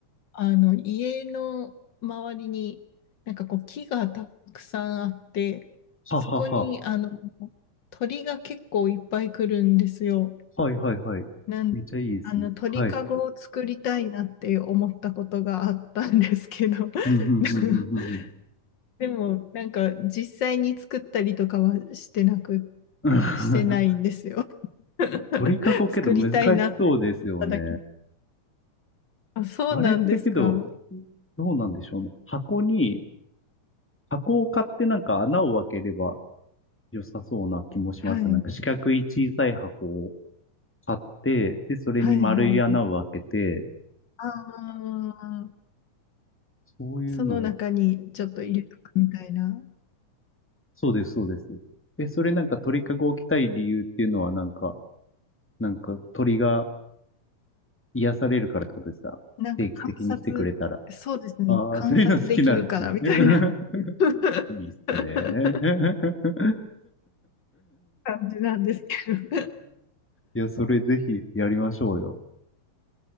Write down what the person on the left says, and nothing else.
あの、家の周りに、なんかこう、木がたくさんあって、
そこに、あの、鳥が結構いっぱい来るんですよ。
なんあの、
鳥かごを作りたいなって思ったことがあったんですけど、
<laughs>
でも、なんか、実際に作ったりとかはしてなく、
してないんですよ。<laughs>
作りたいなって思っただけ。あ、そうなんですか。
はい。
はいはい。ああ、
その中にちょっと入れとくみたいな。
なんか観察、そうですね、
観察できるからみたいな
<laughs>
感じなんですけど